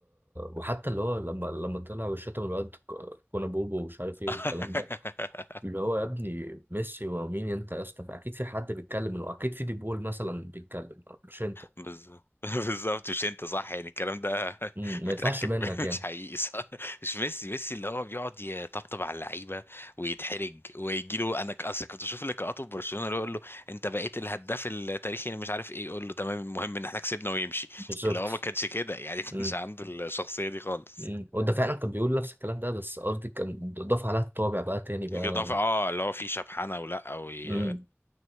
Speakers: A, on the right; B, on the left.
A: وحتى اللي هو لما لما طلع وشتم الواد ك- كونا بوبو ومش عارف ايه
B: <laughs>
A: والكلام ده اللي هو يا ابني ميسي ومين انت يا اسطى اكيد في حد بيتكلم اكيد في ديبول مثلا بيتكلم مش انت
B: بالظبط <laughs> بالظبط مش انت صح يعني الكلام ده
A: مم.
B: <laughs>
A: ما
B: متركب
A: يطلعش منك
B: <laughs> مش
A: يعني
B: حقيقي صح مش ميسي ميسي اللي هو بيقعد يطبطب على اللعيبه ويتحرج ويجي له انا ك- اصل كنت بشوف لقاءاته في برشلونه اللي هو يقول له انت بقيت الهداف التاريخي اللي مش عارف ايه يقول له تمام المهم ان احنا كسبنا ويمشي
A: بالظبط
B: اللي هو ما كانش كده يعني <laughs> ما
A: مم.
B: كانش عنده الشخصيه دي خالص
A: مم. وده فعلا كان بيقول نفس الكلام ده بس قصدي كان ضاف عليها الطابع بقى تاني بقى
B: الاضافه اه اللي هو فيه شبحانه ولا وي...
A: مم.